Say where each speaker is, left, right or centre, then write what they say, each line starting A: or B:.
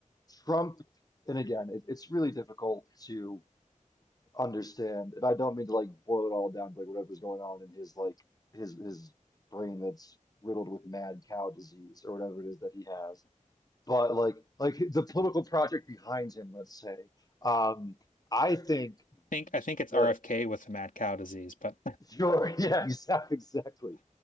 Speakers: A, on the left; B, on the left.
A: Trump, and again, it, it's really difficult to understand, and I don't mean to like boil it all down to like whatever's going on in his like his his brain that's riddled with mad cow disease or whatever it is that he has but like like the political project behind him, let's say. Um, I think
B: think I think it's
A: the
B: RFK with the mad cow disease, but
A: <laughs> sure, yeah, exactly, exactly,